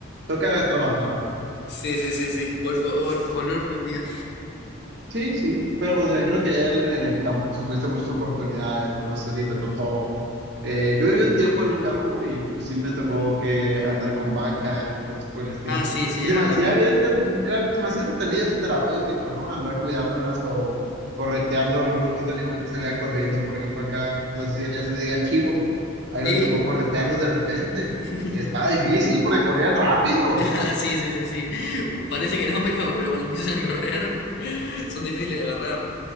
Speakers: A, on the right (about 55°); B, on the left (about 55°).
A: toca trabajar.
B: Sí, sí, sí, sí. Vol- vol- volver por un día.
A: Sí, sí, pero pues me imagino que ya en, en el campo pues tuviste muchas oportunidades, ¿no? No sé si te tocó. eh, yo viví un tiempo en un campo y sí me tocó que andar con vacas y cosas por el estilo.
B: Ah, sí, sí,
A: Y se
B: acá
A: me hacía
B: también.
A: bien entreten- era- se me hacía entretenido esto terapéutico, ¿no? Andar cuidándolas o correteando a alguno que otro animal que salía corriendo. Por ejemplo, acá, no sé si ya se le diga chivos. Ahí
B: Sí.
A: me tocó corretearlos de repente.
B: <laughs>
A: Y estaba difícil porque corrían rápido.
B: Ah, sí, sí, sí, sí. Parece que no, pero, pero cuando empiezan a correr <laughs> son difíciles de agarrar.